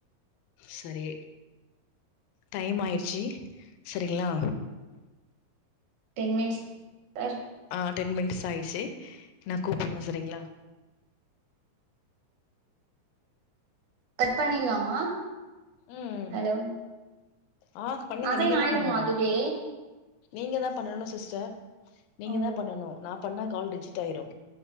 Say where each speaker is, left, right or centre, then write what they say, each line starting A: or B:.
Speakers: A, on the left (about 85°); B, on the right (about 65°).
A: சரி டைம் ஆயிடுச்சி சரிங்ளா
B: டென் மினிட்ஸ் டர்
A: ஆ டென் மினிட்ஸ் ஆயிட்ச்சி நா கூப்புட்றே சரிங்ளா
B: கட் பண்ணீர்லாமா
A: ம்
B: ஹலோ
A: ஆ பண்ணுங்க
B: அசைன்
A: நீங்க
B: ஆயிடுமா
A: தா பண்ணனோ
B: அதுவே
A: நீங்க தா பண்ணணு சிஸ்டர் நீங்க
B: ஓ
A: தா பண்ணணு நா பண்ணா கால் ரிஜிட் ஆயிரு